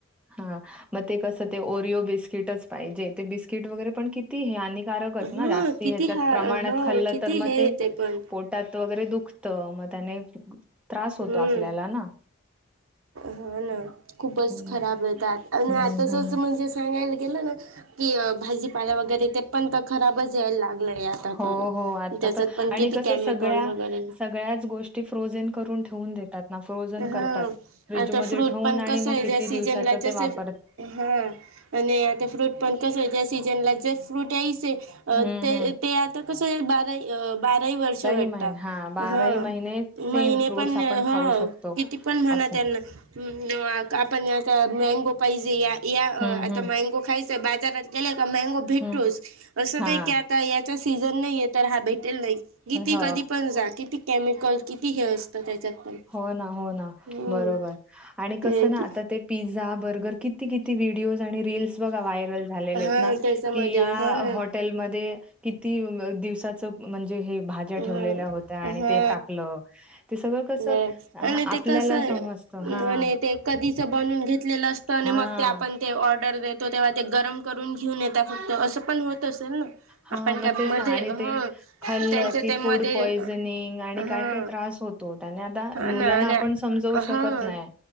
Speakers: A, in the centre; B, on the right.
A: हा म ते कस ते ओरिओ बिस्किटच पाहिजे. ते बिस्किट वगैरे पण कि ती हानिकारकच
B: हा
A: ना जास्ती
B: किती
A: ह्याच्यात
B: हा
A: प्रमाणात
B: हो
A: खाल्लं
B: किती
A: तर मग
B: हे
A: ते
B: पण
A: पोट टात वगैरे दुखत मग त्याने त्रास होतो
B: हम्म
A: आपल्याला ना.
B: हो ना खूपच
A: हं,
B: खराब येत्यात आणि
A: हं,
B: आताच
A: हं.
B: असं म्हणजे सांगायला गेलं ना की भाजीपाला वगैरे ते पण तं खराबच यायला लागलंय. आता
A: हो
B: तर
A: हो आता
B: त्याच्यात
A: तर
B: पण
A: आणि
B: किती
A: कसं
B: केमिकल
A: सगळ्या
B: वगैरे
A: सगळ्याच गो ष्टी फ्रॉजेन करून ठेऊन देतात ना फ्रॉजन
B: हा
A: करता फ्रीझमध्ये
B: आता फ्रूट
A: ठेऊन
B: पण
A: आणि
B: कसं
A: म
B: आहे
A: किती
B: ज्या सीजनला
A: दिवसाच ते
B: जसे
A: वापर
B: हा आणि आता फ्रूट पण कसं ज्या सीजनला जे फ्रूट यायचे
A: हं,
B: ते
A: हं.
B: ते आता कसं बारा बाराही वर्ष भेटता
A: महिने
B: हां
A: महिने सेम
B: महिने
A: फ्रुट्स
B: पण
A: आपण
B: हां
A: खाऊ शकतो
B: किती पण म्हणा
A: असं.
B: त्यांना हम्म, आपण आता मँगो पाहिजे या या
A: हं,
B: आता
A: हं,
B: मँगो खायच आहे बाजारात गेले का मँगो भेटतोच
A: हं.
B: असं
A: हां,
B: नाही की आ ता याचा सीझन नाहीये तर हा भेटेल नाही, किती
A: हो.
B: कधी पण जा किती केमिकल किती हे असतं त्याच्यात? पण
A: हो ना हो ना
B: हम्म
A: बरोबर आणि
B: ते
A: कसं ना
B: की
A: आता ते पिझ्झा, बर्गर किती किती व्हिडिओज आणि रील्स बघा व्हायरल झालेलेत
B: हा
A: ना
B: त्याच्यामध्ये
A: कि, या
B: हा ना
A: हॉटेल मध्ये किती दिवसाचं, म्हणजे हे भाज्या
B: ह
A: ठेवलेल्या होत्या, आणि
B: हा
A: ते टाकलं ते सगळं कसं.
B: आणि
A: हां,
B: ते
A: आपल्याला
B: कस आणि
A: समजतं. हां,
B: ते कधीच बनून घेतलेलं असतं, आणि
A: हां,
B: मग ते आपण. ऑर्डर देतो तेव्हा ते गरम करून घेऊन येतात, फक्त असं पण होत. असेन
A: हां.
B: आपण
A: मग
B: काय मध्ये,
A: तेच ना आणि
B: हं...
A: ते खाल्लं
B: त्यांचे
A: की
B: मते
A: फूड पॉइझनिंग आणि
B: हा,
A: काय-काय त्रास होतो. त्याने आता
B: हा
A: मुलांना
B: ना आणि
A: आपण समजवू
B: हा..
A: शकत नाही.